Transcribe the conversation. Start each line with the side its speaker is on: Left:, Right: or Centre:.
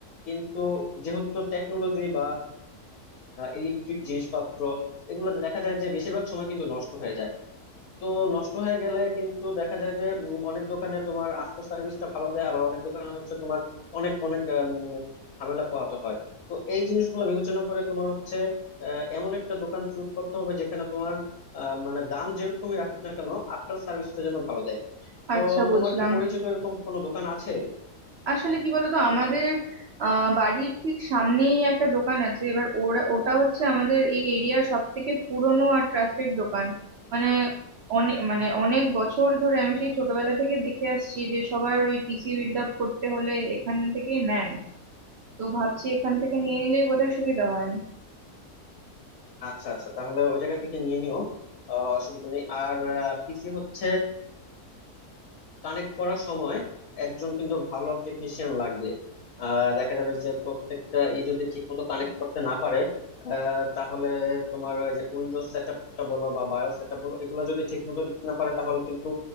Left: কিন্তু যেহেতু টেকনোলজি বা ইলেকট্রিক জিনিসপত্র এগুলো দেখা যায় যে বেশিরভাগ সময় কিন্তু নষ্ট হয়ে যায় তো নষ্ট হয়ে গেলে কিন্তু দেখা যায় যে উম, অনেক দোকানে তোমার আফটার সার্ভিসটা ভালো দেয় আবার অনেক দোকানে হচ্ছে তোমার অনেক অনেক আম, ঝামেলা পোহাতে হয় তো এই জিনিসগুলো বিবেচনা করে তোমার হচ্ছে আহ, এমন একটা দোকান চুজ করতে হবে যেখানে তোমার আহ, মানে দাম যেরকমই রাখুক না কেন আফটার সার্ভিসটা যেন ভালো দেয় তো
Right: আচ্ছা বুঝলাম
Left: তোমার কি পরিচিত এরকম কোনো দোকান আছে
Right: আসলে কি বলতো আমাদের আহ বাড়ির ঠিক সামনেই একটা দোকান আছে এবার ওরা ওটা হচ্ছে আমাদের এই এরিয়ার সব থেকে পুরনো আর ট্রাস্টেড দোকান মানে অনেক মানে অনেক বছর ধরে আমি সেই ছোটবেলা থেকে দেখে আসছি যে সবার ওই পিসি বিল্ড আপ করতে হলে এখান থেকেই নেয় তো ভাবছি এখান থেকে নিয়ে নিলেই বোধহয় সুবিধা হয়
Left: আচ্ছা আচ্ছা তাহলে ওই জায়গা থেকে নিয়ে নিও আহ, অসুবিধা নেই আর পিসি হচ্ছে কানেক্ট করার সময় একজন কিন্তু ভালো টেকনিশিয়ান লাগবে আহ, দেখা যাবে যে প্রত্যেকটা ই যদি ঠিক মতো কানেক্ট করতে না পারে আহ, তাহলে তোমার ওই যে উইন্ডোজ সেট আপটা বলো বা বায়োস সেট আপ বলো এগুলো যদি ঠিক মতো দিতে না পারে তাহলে কিন্তু